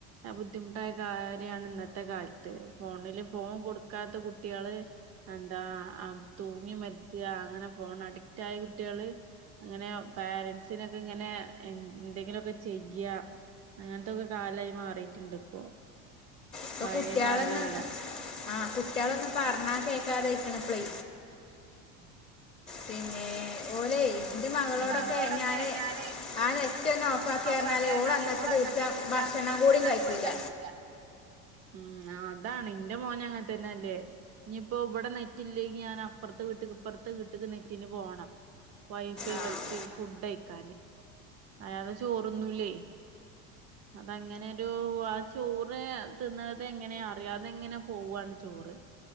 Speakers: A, on the right; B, on the left.
A: ബുദ്ധിമുട്ടായ കാര്യാണ് ഇന്നത്തെ കാലത്ത് ഫോണില് ഫോൺ കൊടുക്കാത്ത കുട്ടികള് എന്താ തൂങ്ങി മരിച്ച അങ്ങനെ ഫോൺ അഡിക്റ്റ് ആയ കുട്ടികള് അങ്ങനെ പാരൻസിനൊക്കെ ഇങ്ങനെ എന്തെങ്കിലുമൊക്കെ ചെയ്യാ അങ്ങനത്തൊക്കെ കാലായി മാറിയിട്ടുണ്ട് ഇപ്പോ
B: ഇപ്പൊ
A: പഴയ
B: കുട്ടികളൊന്നും
A: കാലല്ല
B: ആ കുട്ടികള ഒന്ന് പറഞ്ഞാ കേ ക്കതയക്കണ ഇപ്ലേ പിന്നെ എൻ്റെ
A: ഉം മകളോടൊക്കെ
B: ഞാൻ
A: ഞാന്
B: ആ നെറ്റ് ഒന്ന് ഓഫാക്കി
A: ഓഫാക്കിഞ്ഞാല്
B: പറഞ്ഞാൽ ഓൾ
A: ഓള്
B: ദിവസം
A: അന്നത്തെ ദിവസ ഭക്ഷണം
B: കഴിക്കൂല
A: കൂടിയും കഴിക്കുക ഉം അതാണ് എന്റെ മോന അങ്ങനെ തന്നെ അല്ലേ ഇനിയിപ്പോ ഇവിടെ നെറ്റി ഇല്ലെകി ഞാൻ അപ്പുറത്തെ വീട്ടക്ക് ഇപ്പുറത്തെ വിട്ടക്ക് നെറ്റിന് പോണം വൈഫൈ
B: ആ
A: വലിച്ച് ഫുഡ് അയ്ക്കാന് അയാതെ ചോറൊന്നുംല്ലേ അതങ്ങനെരു ആ ചോറ് തിന്നത് എങ്ങനെ അറിയാതെ എങ്ങനെ പോവുവാണ് ചോറ്